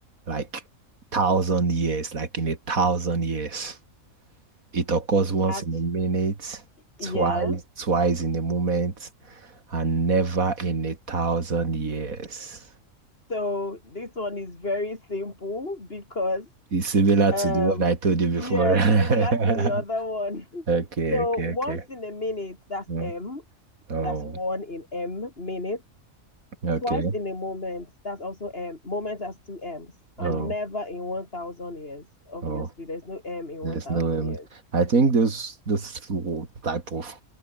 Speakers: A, on the right; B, on the left.
A: like thousand years, like in a thousand years. It occurs once
B: Action.
A: in a minute, twice,
B: Yeah.
A: twice in a moment and never in a thousand years.
B: So this one is very simple because
A: It's similar
B: um
A: to the what I told you before.
B: yeah,
A: <laughs>
B: similar to the other one. <laughs>
A: Okay,
B: So
A: okay,
B: once
A: okay.
B: in a minute, that's
A: Mm.
B: M.
A: Oh,
B: That's one in M minutes.
A: okay.
B: Twice in a moment, that's also M. Moment has two M's.
A: Oh,
B: And never in 1,000 years. Obviously,
A: oh.
B: there's no M in
A: There's
B: 1,000
A: no. Um,
B: years.
A: I think those those two type of